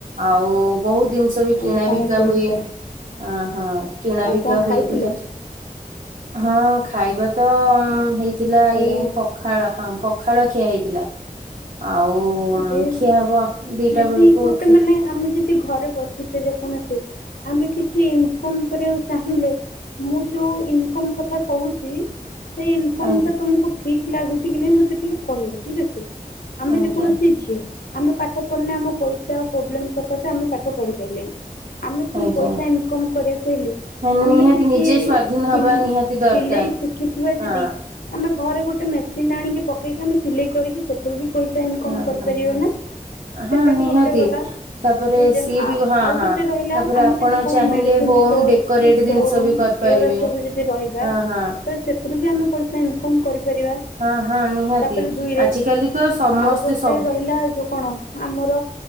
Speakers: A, on the right; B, on the left.
A: ଆଉ ବୋହୁତ ଦିନିଷ ବି କିଣା
B: ଆଉ କଣ
A: ବିକା
B: କହୁଛ
A: ହୁଏ। ଅ ହ କିଣା
B: ଆଉ
A: ବି
B: କଣ ଖାଇଥିଲ
A: ହଁ, ଖାଇବା ତ ହେଇଥିଲା
B: ହ୍ୟାଲୋ
A: ଏଇ ପ ଖାଳ ହଁ, ପଖାଳ ଖିଆ ହେଇଥିଲା। ଆଉ
B: ହୁଁ
A: ଖିଆ ହବ ଦିଟା
B: ଦିଦି
A: ବେଳକୁ
B: ଗୋଟେ
A: ଖି
B: ମାନେ ଆମେ ଯଦି ଘରେ ବସିଛେ ଯେକୌଣସି ଆମେ କିଛି ଇନକମ କରିବାକୁ ଚାହିଁଲେ ମୁଁ ଯୋଉ ଇନକମ୍ କଥା କହୁଛି ସେଇ ଇନକମ
A: ଆଜ୍ଞା
B: ଟା ତମକୁ ଠିକ୍ ଲାଗୁଛି କି ନାଇଁ ମତେ ଟିକେ କହିବ ଠିକ ଅଛି? ଆମେ
A: ଆଜ୍ଞା
B: ଯେକୌଣସି <inaudible> ଆମେ ପାଠ ପଢିଲେ ଆମ ପଇସା ଆଉ ପ୍ରୋବ୍ଲେମ ସକାଶେ ଆମେ ପାଠ ପଢି ପାଇଲେନି। ଆମେ ପୁଣି
A: ଆଜ୍ଞା
B: ପଇସା ଇନକମ କରିବାକୁ ହେଲେ
A: ମାନେ
B: ଆମେ
A: ନିହାତି
B: କିଛି
A: ନିଜେ ସ୍ଵାଧୀନ ହବା
B: ସିଲ୍
A: ନିହାତି ଦରକାର।
B: ସିଲେଇ ଶିଖିଥିବା
A: ହଁ
B: ଯଦି ଆମେ ଘରେ ଗୋଟେ ମେସିନ ଆଣିକି ପକେଇକି ଆମେ ସିଲେଇ କରିକି ସେଥିରୁ ବି ପଇସା ସା ଇନକମ୍
A: ହଁ
B: କରିପାରିବା
A: ହଁ ହଁ
B: ନା?
A: ହଁ
B: ସେଟା ବି
A: ନିହାତି
B: ଗୋଟେ ଗଲା
A: ତାପରେ
B: ରିଜନ।
A: ସିଏ
B: ଆ
A: ବି ହଁ
B: ଆଉ
A: ହଁ
B: ଗୋଟେ ରହିଲା
A: ତାପରେ
B: ଆମେ
A: ଆପଣ
B: ଯଦି କୋଉ
A: ଚାହିଁଲେ
B: ମେଡିସିନ
A: ହୋମ
B: ଷ୍ଟୋର
A: ଡେକୋରେଟ
B: କି ସୋରୁମ୍
A: ଜିନିଷ ବି କରିପାରିବେ
B: ଏଗୁଡା ସବୁ ଯଦି ରହିବା
A: ହଁ
B: ତ
A: ହଁ।
B: ସେ ସେଥିରୁ ବି ଆମେ ପଇସା ଇନକମ୍ କରିପାରିବା।
A: ହଁ ହଁ ନିହାତି।
B: ତାପରେ ଦୁଇରେ
A: ଆଜିକାଲି ତ ସମସ୍ତେ
B: ଆଉ ଗୋଟେ
A: ସ
B: ରହିଲା ଯୋଉ କଣ ଆମର